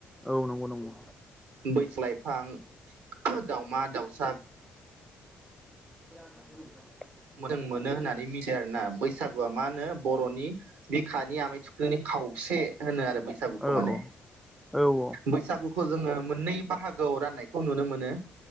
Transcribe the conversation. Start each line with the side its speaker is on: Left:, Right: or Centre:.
Centre: औ नंगौ नंगौ।
Right: बैस लाइफां दाउमा दाउसा
Centre: <inaudible>
Right: मोजां मोनो होननानै मिथियो आरो ना बैसागुआ मा होनो बर'नि बिखानि आमाय थुख्लुनि खावसे होनो आरो बैसागुखौ
Centre: औ
Right: माने।
Centre: औ औ
Right: बैसागुखौ जोङो मोननै बाहागोआव राननायखौ नुनो मोनो।